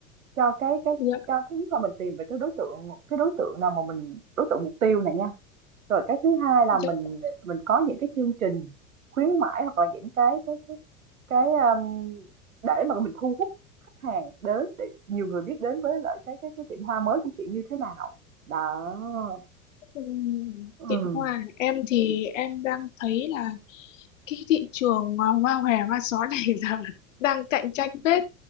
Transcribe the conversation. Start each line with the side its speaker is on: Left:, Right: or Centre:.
Right: cho cái cái
Left: dạ,
Right: cho thứ nhất là mình tìm về cái đối tượng cái đối tượng nào mà mình đối tượng mục tiêu này nha rồi cái thứ hai là
Left: dạ,
Right: mình mình có những cái chương trình khuyến mãi hoặc là những cái cái cái cái, ờm, để mà mình thu hút khách hàng đến để nhiều người biết đến với lại cái cái cái tiệm hoa mới của chị như thế nào. Đó.
Left: ừm,
Right: Ừm.
Left: tiệm hoa à? em thì em đang thấy là cái thị trường ờ, hoa hòe hoa só này <laughs> giờ đang cạnh tranh phết